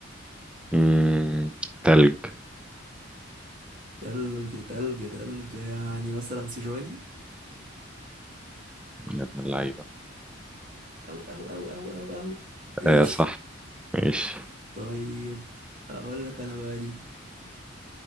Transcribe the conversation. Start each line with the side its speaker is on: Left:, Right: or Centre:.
Centre: مم. تلج
Right: تلج تلج تلج يعني مثلا سيجواني
Centre: يا ابن اللعيبة
Right: أو أو أو أو أو أو ماشي
Centre: آه صح ماشي
Right: طيب أقول لك أنا بقى دي